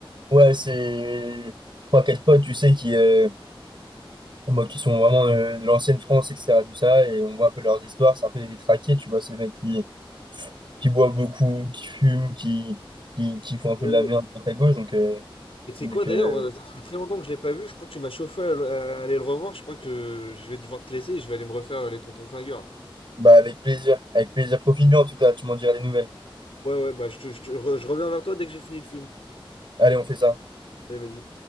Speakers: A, on the right; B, on the left.
A: Ouais, c'est trois, quatre potes, tu sais, qui. euh, moi qui sont vraiment euh, de l'ancienne France, etc. Tout ça, et on voit un peu leurs histoires, c'est un peu des détraqués, tu vois, c'est des mecs qui, qui boit beaucoup, qui fume, qui, qui, qui font un peu
B: Et
A: de la merde à droite à gauche. Donc, euh,
B: et tu
A: donc
B: sais quoi d'ailleurs,
A: euh,
B: moi, ça fait très longtemps que je l'ai pas vu, je crois que tu m'as chauffé à, le- à aller le revoir, je crois que je vais devoir te laisser et je vais aller me refaire euh, les tontons flingueurs là.
A: bah, avec plaisir. Avec plaisir. Profite bien, en tout cas. Tu m'en diras des nouvelles.
B: Ouais, ouais, bah je, te- je te re- je reviens vers toi dès que j'ai fini le film.
A: Allez, on fait ça.
B: Allez, vas-y.